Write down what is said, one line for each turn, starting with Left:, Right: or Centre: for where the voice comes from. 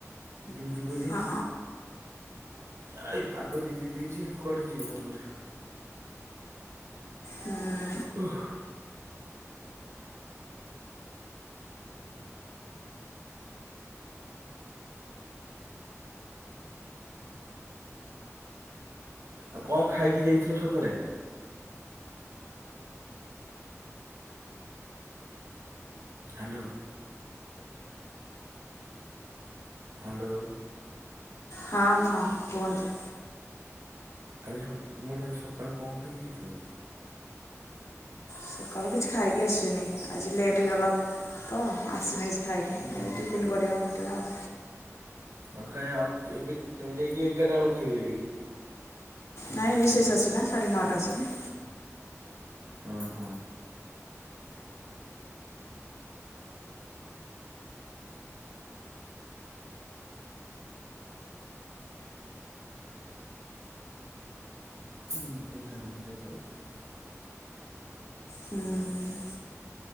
Right: ଡ୍ୟୁଟି କରବା।
Left: ହଁ
Right: ଆଇ ପାଗ ଯେମିତି ଦେଇଛି କୁଆଡେ ଯିବ କଣ କରିବ।
Left: ହୁଁ।
Right: ଓଃ। ଆଉ କଣ ଖାଇକି ଯାଇଥିଲ ସକାଳେ? ହ୍ୟାଲୋ। ହ୍ୟାଲୋ?
Left: ହଁ ହଁ କୁହନ୍ତୁ।
Right: କାଲି ସକ୍ ମୁଁ କାଲି ସକାଳୁ କଣ ଖାଇକି ଯାଇଥିଲି?
Left: ସକାଳୁ କିଛି ଖାଇକି ଆସିନି। ଆଜି ଲେଟ୍ ହେଇଗଲା ତ ଆସିନି ଖାଇକି
Right: ହୁଁ
Left: ଟିଫିନ୍ କରିବା ମଗେ଼ଇବା ଆଉ।
Right: ଆଉ ଖାଇଆ ଆଉ କେବେ ତମେ ଯାଇକି ଏଗାରଟା ବେଳକୁ ଖାଇବ ଯାଇକି।
Left: ନାଇଁ ରିଶେଷ ଅଛି ନା ସାଢ଼େ ନଅଟା ଆସିକି
Right: ହ ହୋ। <unintelligible>
Left: ହୁଁ